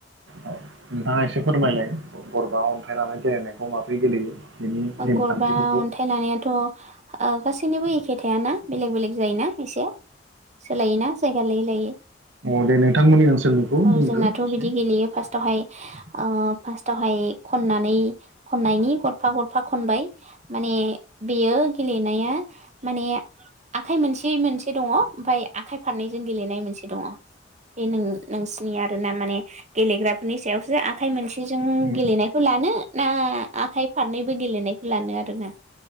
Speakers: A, on the right; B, on the right.
A: औ नोंथाङा एसे फोरमायलाय गरबा अन्थाइ लाना गेलेनायखौ माबोरै गेलेयो बेनि नेमखान्थिफोरखौ
B: गरबा अन्थाइ लानायाथ गासैनिबो एखे थायाना बेलेग बेलेग जायोना खायसे सोलायोना जायगा लायै लायै
A: अ दे नोंथांमोननि ओनसोलनिखौ
B: औ
A: बुंदो
B: जोंनाथ
A: एसे
B: बिदि गेलेयो फार्स्ट आवहाय फार्स्ट आवहाय खननानै खननायनि गरफा गर फा खनबाय माने बेयो गेलेनाया माने आखाइ मोनसे मोनसे दङ ओमफफ्राय आखाइ फारनैजों गेलेनाय मोनसे दङ बे नों नोंसिनि आर ना माने गेलेग्राफोरनि सायावसो आखाइ मोनसेजों
A: उम
B: गेलेनायखौ लानो ना आखाइ फारनैबो गेलेनायखौ लानो आरोना